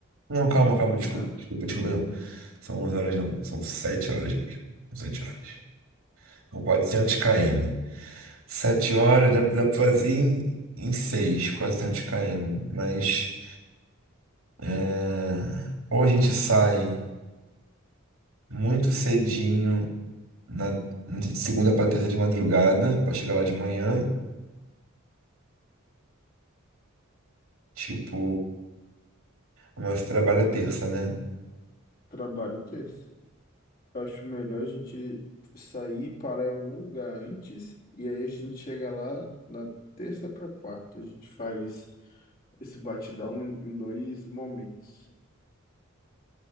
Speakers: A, on the right (about 80°); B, on the left (about 45°).
A: Não, calma, calma,
B: Não,
A: desculpa, desculpa, desculpa, não. São 11 horas, não. São 7 horas mesmo. sete horas. São 400 km. sete horas dá, dá pra fazer em, em 6, 400 km. Mas é, ou a gente sai muito cedinho, na, de segunda pra terça de madrugada, pra chegar lá de manhã. Tipo, mas você trabalha terça, né?
B: trabalho terça. Eu acho melhor a gente sair, parar em algum lugar antes, e aí a gente chega lá na terça para quarta. A gente faz esse batidão em em dois momentos.